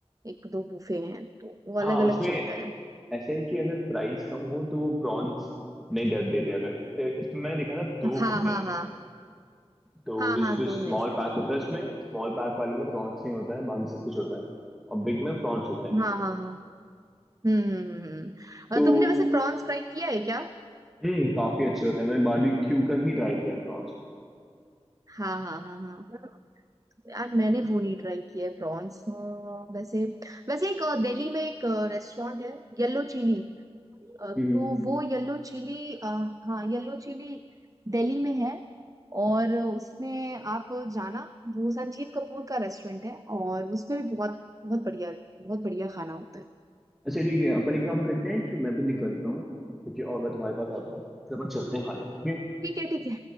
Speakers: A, on the right; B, in the centre.
A: एक दो बूफे हैं तो वो
B: हाँ
A: अलग
B: उसमें
A: अलग चलता है
B: ऐसे है कि अगर प्राइस कम हो तो वो प्रॉन्स नहीं दे देते अगर ए, इसमें मैंने देखा था दो
A: हाँ
B: होते
A: हाँ
B: हैं
A: हाँ
B: तो
A: हाँ
B: जो
A: हाँ
B: जो
A: दो
B: स्मॉल
A: हैं शायद
B: पैक होता है उसमें स्मॉल पैक वाले में प्रॉन्स नहीं होता है बाकी सब कुछ होता है और बिग में प्रॉन्स होते हैं
A: हाँ हाँ हाँ हम्म हम्म हम्म हम्म।
B: तो
A: अ, तुमने वैसे प्रॉन्स ट्राई किया है क्या
B: हम्म काफी अच्छे होते हैं मैंने बारबेक्यू का ही ट्राई किया है प्रॉन्स
A: हाँ हाँ हाँ हाँ यार मैंने वो नहीं ट्राई किया है प्रॉन्स वैसे वैसे एक अ, दिल्ली में एक रेस्टोरेंट है येलो चिली अ,
B: हम्म
A: तो वो येलो चिली हाँ येलो चिली दिल्ली में है और उसमें आप जाना वो संजीव कपूर का रेस्टोरेंट है और उसमें भी बहुत बहुत बढ़िया बहुत बढ़िया खाना होता है
B: अच्छा ठीक है अपन एक काम करते हैं कि मैं भी निकलता हूँ ठीक है और मैं तुम्हारे पास आता हूँ फिर अपन चलते हैं खाना ठीक है
A: ठीक है ठीक है